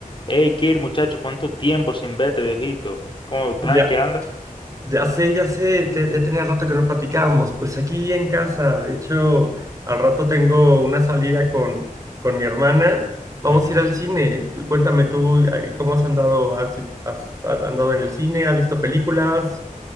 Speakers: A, on the left; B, on the right.
A: Hey, Kir, muchacho, ¿cuánto tiempo sin verte, viejito? ¿Cómo estás?
B: Ya,
A: ¿En qué anda?
B: ya sé, ya sé, te- ya tenía rato que no platicábamos. Pues aquí en casa, de hecho, al rato tengo una salida con, con mi hermana. Vamos
A: Ujú.
B: a ir al cine. Tú- Cuéntame tú, ay, ¿cómo has andado? ¿Has, has has andado en el cine? ¿Has visto películas?